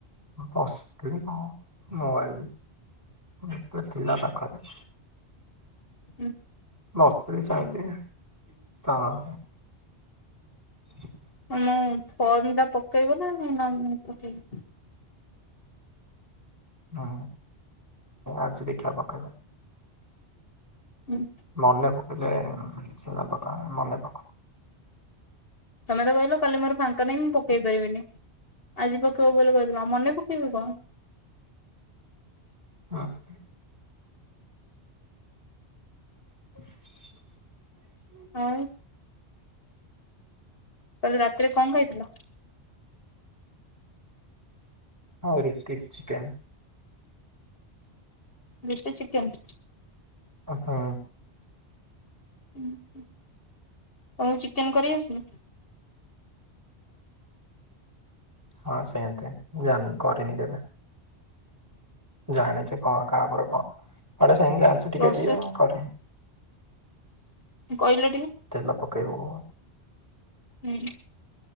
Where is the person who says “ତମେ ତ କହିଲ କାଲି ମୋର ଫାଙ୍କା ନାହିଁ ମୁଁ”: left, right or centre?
Left